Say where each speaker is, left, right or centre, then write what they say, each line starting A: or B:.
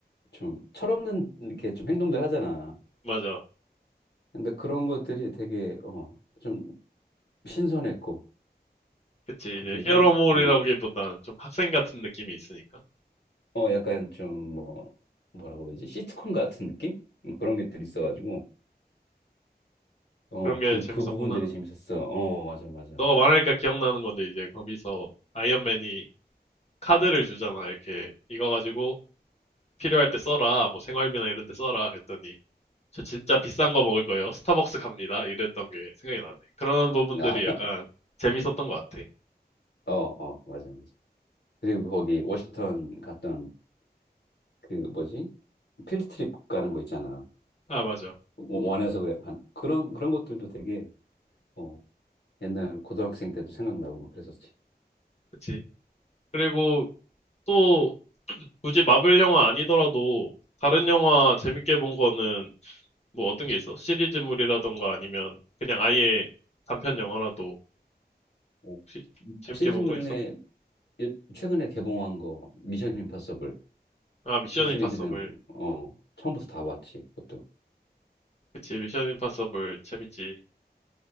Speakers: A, on the left; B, on the left.
A: 좀 철없는 이렇게 좀 행동들 하잖아.
B: 맞아.
A: 근데 그런 것들이 되게 어, 좀 신선했고
B: 그치
A: 그리고
B: 이제 히어로물이라기보단
A: 응,
B: 좀 학생 같은 느낌이 있으니까.
A: 어 약간 좀 뭐 뭐라고 그러지? 시트콤 같은 느낌? 뭐 그런 것들이 있어가지고 어,
B: 그런 게
A: 그,
B: 재밌었구나.
A: 그 부분들이 재밌었어. 어, 맞아, 맞아.
B: 너가 말하니까 기억나는 건데 이제 거기서 아이언맨이 카드를 주잖아. 이렇게 이거 가지고 필요할 때 써라. 뭐 생활비나 이런 데 써라. 그랬더니 저 진짜 비싼 거 먹을 거예요. 스타벅스 갑니다. 이랬던 게 생각이 나네. 그런 부분들이
A: 아,
B: 약간 재밌었던 것 같아.
A: 어, 어, 맞아, 맞아. 그리고 거기 워싱턴 갔던 그 뭐지? 필드 트립 가는 거 있잖아.
B: 아, 맞아.
A: 원- 원해서 그래. 한- 그런, 그런 것들도 되게, 어, 옛날 고등학생 때도 생각나고 막 그랬었지.
B: 그치. 그리고 또 <clears throat> 굳이 마블 영화 아니더라도 다른 영화 재밌게 본 거는 뭐 어떤 게 있어? 시리즈물이라던가 아니면 그냥 아예 단편 영화라도
A: 어,
B: 혹시 재밌게
A: 시리즈물
B: 본 거
A: 중에
B: 있어?
A: 요- 최근에 개봉한 거, 미션 임파서블.
B: 아, 미션
A: 그 시리즈는,
B: 임파서블.
A: 어, 처음부터 다 봤지, 그것도.
B: 그치, 미션 임파서블 재밌지.